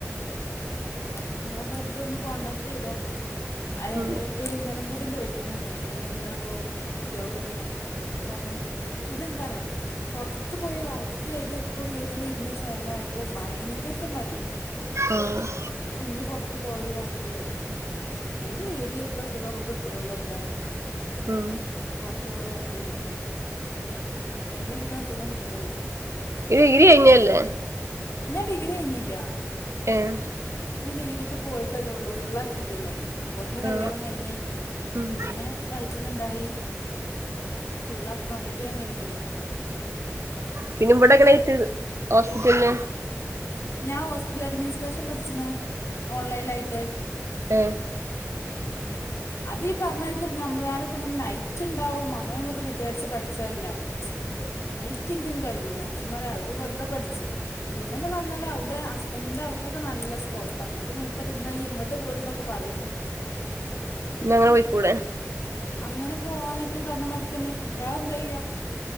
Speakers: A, on the left (about 55°); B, on the right (about 60°).
A: എന്ന എന്നാ വെറുതെ ഒന്ന് കോണ്ടാക്ട് എയ്തോക്കണം അഹ് എന്റെ
B: ഉം
A: കുട്ടിൾ ഇന്നെലും കൂടി ചോയിക്കണണ്ടേ ഈയ്യെന്താപ്പൊ ജോബൊന്നും നോക്കാതെ ഞാൻ പറഞ് പിന്നെ എന്താർയോ? പൊറത്ത് പോയി വർക്കെയ്ത് ഇപ്പോ വീട്ടിലിര്ന്ന് ചേലയപ്പോൾ ഭയങ്കര മടി.
B: ആഹ്
A: ഇഞ്ഞ് പൊർത്തു പോയി വർക്ക് ചെയ്യാനേ ഈ വീട്ടില്ക്ണ സുഖംമ്മക്ക്‌ കിട്ടുലല്ലോ എന്തായാലും.
B: ഉംഹ്
A: പൊർത്ത് പോയി വർക്കെയ്യുമ്പോ പെരിരി ന്ന സുഖം കിട്ടുല്ലല്ലോ
B: ഇരു ഇിരി ഞല്ലേ?
A: ഞാൻ ഡിഗ്രി കഴിഞ്ഞില്ല്യ
B: ഏഹ്
A: ഞാൻ ഡിഗ്രിക്ക് പോയിട്ടല്ലോള്ളൂ ഫുള്ളാക്കില്ലല്ലോ അപ്പോതിന് കല്ല്യാണം
B: ആ
A: കഴിഞ്ഞേ
B: ഉം
A: പിന്നെ വയറ്റ്ൽ ഇണ്ടായി ഫുള്ളൊക്ക കംപ്ലീറ്റെയ്യാൻ കഴിഞ്ഞില്ല
B: പിന്നെ ഇവിടെ എങ്ങനെയിറ്റ് ഹോസ്പിറ്റല്ല്
A: ഞാ ഹോസ്പിറ്റ്ൽ അഡ്മിനിസ്ട്രേഷൻ പഠിച്ച്ണ് ഓൺലൈനായിട്ട്
B: ഏഹ്
A: ഉം അതീ ഈ പറഞ്ഞായിരിക്കും നഞമ്മൾ ഞാനിപ്പോങ്ങനെ നൈറ്റ്ണ്ടാവും അങ്ങനൊന്ന്പ്പോ വിചാരിച്ച് പഠിച്ചേല്ല
B: <inaudible>
A: നൈറ്റിൻക്ക്‌ കഴിയൂല ഞാൻ പറയാ അത്പ്പ വെറുതെ പഠിച് പിന്നെന്ന് പറഞ്ഞാൽ അവിടെ ഹസ്ബെന്റിന്റെ അവിടൊക്കെ നല്ല സ്കോപ്പാ ഇനോട് മൂപ്പര് ന്നാ ഇയ്യ് ഇങ്ങട്ട് ട്ട് പോര്ന്നൊക്കെ പറിയിണ്ട്.
B: ഇന്ന അങ്ങനെ പോയിക്കൂടെ
A: അങ്ങനെ പോവാന ഇപ്പോം ഈ പറഞ്ഞ മാരിക്കന്നേയ് കുട്ടയാള എന്ത ചെയ്യ